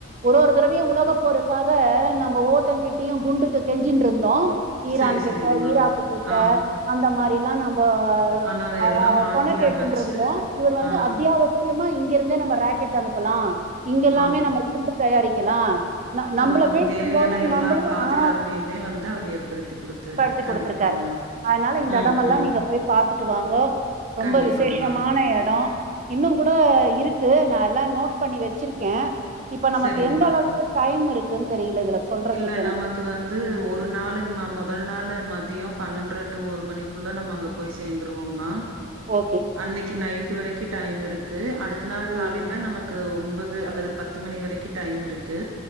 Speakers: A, on the right; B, on the right.
A: ஒரு ஒரு தட இப்பயு உலக போருக்காக நம்ம ஓவ்வொர்தகிட்டியு குண்டுக்கு கெஞ்சீட்ருந்தோ ஈரான்
B: சரி,
A: கிட்ட
B: சரிங்கம்மா.
A: ஈராக்குகிட்ட
B: ஆ.
A: அந்த மாரிலா நம்போ
B: ஆனா அத
A: அ
B: எல்லாம்
A: அ
B: மாத்தி
A: தொணத் கேட்டுட்டுருந்தோ
B: அமைச்சு,
A: இவர் வந்து
B: ஆ,
A: அத்தியாவசியமா இங் ங்கிருந்தே நம்ம ராக்கெட் அனுப்பலா இங்கெல்லாமே
B: ஆ.
A: நம்ம குண்டு தயாரிக்கலா
B: ஸோ
A: நம்பள
B: நமக்கு
A: வீழ்த்தும்
B: தேவையான
A: போது
B: எல்லா
A: நம்பளையு
B: பாதுகாப்பையுமே
A: ஆ
B: வந்து அவர் ஏற்படுத்தி குடுத்தாரு.
A: படுத்தி குடுத்துருக்காரு
B: கண்டிப்பாங்கம்மா.
A: அதனால இந்த
B: ம்,
A: எடமெல்லா
B: ம்.
A: நீங்க போய் பாத்துட்டு வாங்கோ ரொம்ப
B: கண்டிப்பாங்கம்மா.
A: விசேஷமான எடோ இன்னு கூட இருக்கு நா எல்லா நோட் பண்ணி வச்சிருக்கே இப்ப நமக்கு
B: சரிங்கம்மா.
A: எந்த அளவுக்கு டைம் இருக்குனு தெரியல இதுல சொல்றதுக்கு
B: இல்ல
A: எனக்கு
B: நமக்கு வந்து நாளுங்கம்மா. முதல் நாள மதியோ பண்ணென்ர டூ ஒரு மணிக்குள்ள நம்ம அங்க போயி சேந்துருவோங்மா
A: ஓகே
B: அன்னக்கி நைட் வரைக்கு டைம் இருக்கு அடுத்த நாள்
A: ம்
B: காலேல நமக் கு ஒம்பது அல்லது பத்து மணி வரைக்கு டைம் இருக்கு